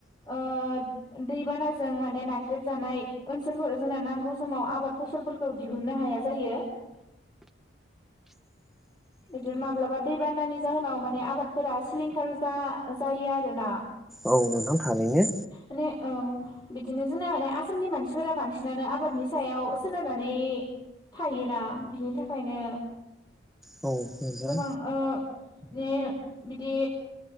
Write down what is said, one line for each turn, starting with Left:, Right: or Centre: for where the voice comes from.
Left: ओ दैबानाजों माने नाख्रेबजानाय ओनसोलफोराव जोंना नांगौ समाव आबाद फसलफोरखौ दिहुनन्नो हाया जायो। बिदिनो माब्लाबा दैबानानि जाहोनाव माने आबादफोरा सिलिंखार जायो आरोना।
Centre: औ नोंथां थारैनो।
Left: माने औ बिदिनो जोंना माने आसामनि मानसिफोरा बांसिनानो आबादनि सायाव सोनारनानै थायोना बिनि थाखायनो
Centre: खोनादों
Left: जोबां ओ माने बिदि